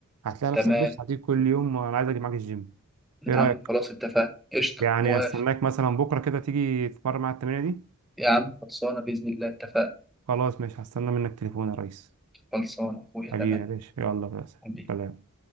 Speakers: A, on the right; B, in the centre.
A: هتلاقي
B: تمام
A: نفسك بص هتيجي كل يوم انا عايز اجي معاك الجيم
B: يا
A: ايه رايك
B: عم خلاص اتفقنا قشطة
A: يعني
B: موافق
A: استناك مثلا بكره كده تيجي تتمرن مع التمرينه دي
B: يا عم خلصانة بإذن الله اتفقنا
A: خلاص ماشي هستنى منك تليفون يا ريس
B: خلصانة يا أخويا
A: حبيبي
B: تمام
A: يا باشا يلا بس
B: حبيبي
A: سلام